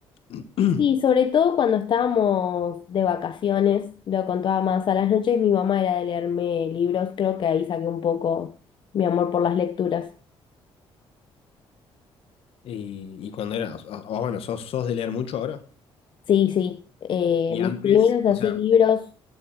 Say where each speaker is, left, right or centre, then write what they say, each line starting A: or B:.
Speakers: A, on the left (about 70°); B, on the left (about 55°).
A: <clears throat>
B: Sí, sobre todo cuando estábamos de vacaciones, lo contaba más a las noches, mi mamá era de leerme libros, creo que ahí saqué un poco mi amor por las lecturas.
A: Y, y cuando era, o- o- bueno, ¿sos, sos de leer mucho ahora?
B: Sí, sí, eh,
A: Y
B: mis
A: antes,
B: primeros así
A: o sea,
B: libros